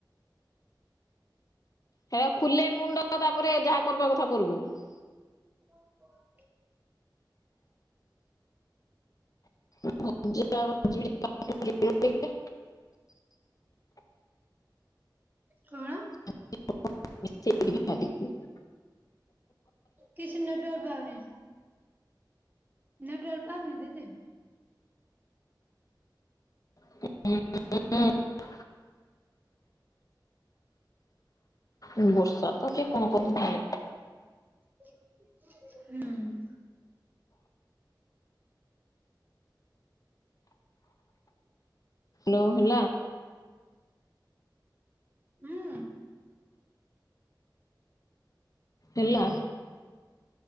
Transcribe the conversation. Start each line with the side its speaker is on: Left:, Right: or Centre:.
Left: <inaudible>
Right: <inaudible>
Left: <inaudible>
Right: କଣ?
Left: <inaudible>
Right: କିଛି ନେଟୱର୍କ ପାଉନି ନେଟୱର୍କ ପାଉନି ଦିଦି।
Left: <inaudible> ଉଁ ବର୍ଷା ତ ହଉଚି କଣ କରିବ ହେଲେ।
Right: ହୁଁ।
Left: ଲୋ ହେଲା।
Right: ହୁଁ।
Left: ହେଲା।